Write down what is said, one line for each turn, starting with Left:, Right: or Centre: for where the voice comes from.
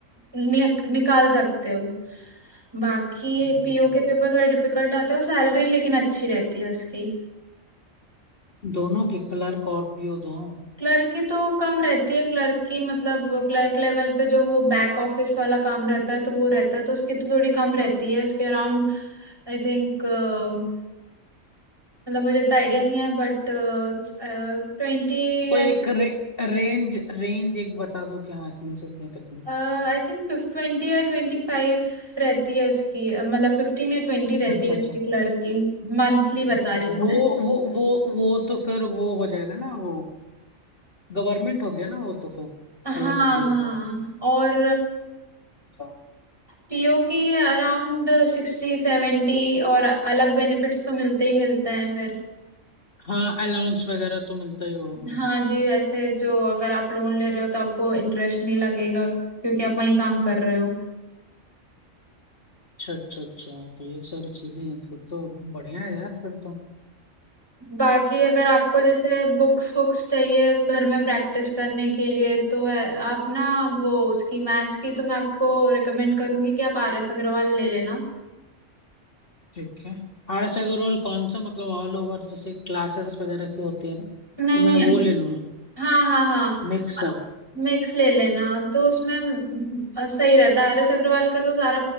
Right: नि, निकाल सकते हो बाकी
Left: हम्म,
Right: पीओ
Left: हम्म।
Right: के पेपर थोड़े डिफिकल्ट आते हैं और सैलरी लेकिन अच्छी रहती है उसकी
Left: दोनों की क्लर्क और पीओ दोनों
Right: क्लर्क की तो कम रहती है क्लर्क की मतलब क्लर्क लेवल पे जो वो बैक ऑफिस वाला काम रहता है तो वो रहता है तो उसकी तो थोड़ी कम रहती है उसके अराउंड आई थिंक मतलब मुझे इतना आइडिया नहीं है बट ट्वेंटी
Left: कोई
Right: या
Left: एक रे, रेंज रेंज एक बता दो कि हाँ इतने से इतने तक में
Right: आई थिंक फिफ्ट ट्वेंटी या ट्वेंटी फाइव रहती है उसकी अ, मतलब फिफ्टीन या ट्वेंटी रहती
Left: अच्छा
Right: है उसकी
Left: अच्छा
Right: क्लर्क की मंथली
Left: अच्छा
Right: बता रही
Left: अच्छा
Right: हूँ
Left: तो
Right: मैं
Left: वो वो वो वो तो फिर वो हो जाएगा ना वो गवर्नमेंट हो गया ना वो तो फिर
Right: हाँ
Left: कलेक्ट भी है
Right: हाँ
Left: तो
Right: और
Left: हम्म।
Right: पीओ की अराउंड सिक्सटी सेवेंटी और अलग बेनिफिट्स तो मिलते ही मिलते हैं फिर
Left: हाँ अलाउंस वगैरह तो मिलता ही वो हाँ
Right: हाँ जी ऐसे जो अगर आप लोन ले रहे हो तो आपको इंटरेस्ट नहीं लगेगा क्योंकि आप वहीं काम कर रहे हो
Left: अच्छा अच्छा अच्छा तो ये सारी चीजें हैं फिर तो बढ़िया है यार फिर तो
Right: बाकी अगर आपको जैसे बुक्स बुक्स चाहिए घर में प्रैक्टिस करने के लिए तो अ, आप ना वो उसकी मैथ्स की तो मैं आपको रिकमेंड करूंगी कि आप आर एस अग्रवाल ले लेना
Left: ठीक है आरएसए का रोल कौन सा मतलब ऑल ओवर जैसे क्लासेस वगैरह की होती है ना
Right: नहीं
Left: तो मैं
Right: नहीं
Left: वो ले लूँ
Right: हाँ हाँ हाँ
Left: मिक्सअप
Right: मिक्स ले लेना तो उसमें म, अ, सही रहता है आरएस अग्रवाल का तो सारा